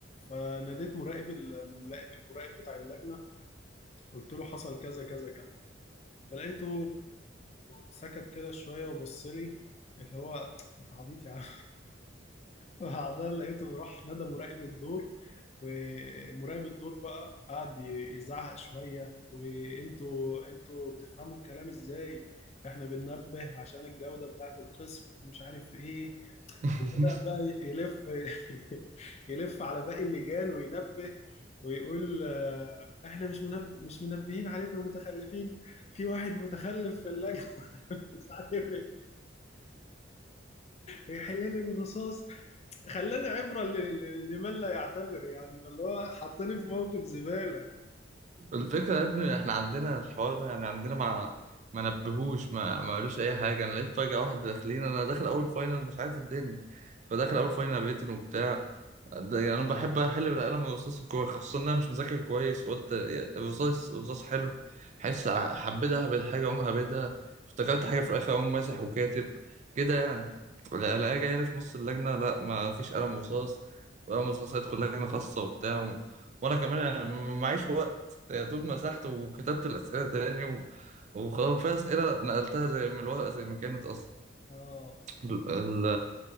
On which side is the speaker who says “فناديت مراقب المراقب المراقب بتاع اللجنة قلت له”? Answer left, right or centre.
Left